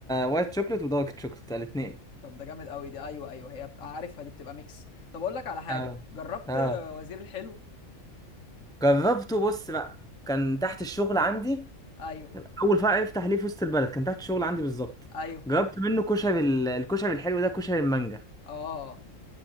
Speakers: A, in the centre; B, on the left.
A: وايت شوكليت ودارك شوكليت الاثنين
B: طب ده جامد قوي دي ايوه ايوه هي بت- عارفها دي بتبقى ميكس طب اقول لك على حاجه
A: اه
B: جربت
A: اه
B: آه، وزير الحلو
A: جربته بص بقى كان تحت الشغل عندي
B: ايوه
A: اول فرع يفتح ليه في وسط البلد كان تحت الشغل عندي بالظبط
B: ايوه
A: جربت منه كشري ال- الكشري الحلو ده كشري المانجا
B: اه